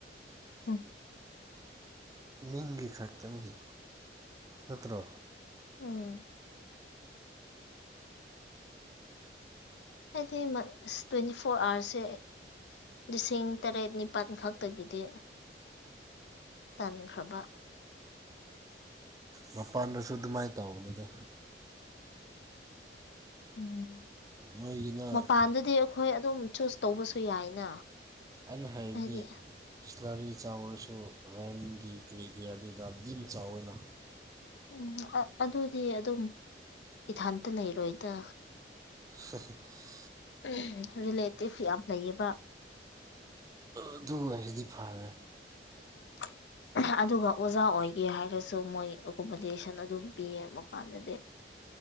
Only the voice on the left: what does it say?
ꯎꯝ
ꯎꯝ ꯍꯥꯏꯗꯤ ꯃ ꯏꯁ ꯇ꯭ꯋꯦꯟꯇꯤ ꯐꯣꯔ ꯑꯥꯋꯥꯔꯁꯦ ꯂꯤꯁꯤꯡ ꯇꯔꯦꯠ ꯅꯤꯄꯥꯟ ꯈꯛꯇꯒꯤꯗꯤ ꯇꯟꯈ꯭ꯔꯕ
ꯎꯝ
ꯃꯄꯥꯟꯗꯗꯤ ꯑꯈꯣꯏ ꯑꯗꯨꯝ ꯆꯨꯁ ꯇꯧꯕꯁꯨ ꯌꯥꯏꯅ
ꯍꯥꯏꯗꯤ
ꯎꯝ ꯑ-ꯑꯗꯨꯗꯤ ꯑꯗꯨꯝ ꯏꯊꯥꯟꯇ ꯂꯩꯔꯣꯏꯗ
<unintelligible> ꯔꯤꯂꯦꯇꯤꯞ ꯌꯥꯝ ꯂꯩꯌꯦꯕ
<inaudible> ꯑꯗꯨꯒ ꯑꯣꯖꯥ ꯑꯣꯏꯒꯦ ꯍꯥꯏꯔꯁꯨ ꯃꯣꯏ ꯑꯣꯀꯣꯃꯣꯗꯦꯁꯟ ꯑꯗꯨꯝ ꯄꯤꯌꯦ ꯃꯄꯥꯟꯗꯗꯤ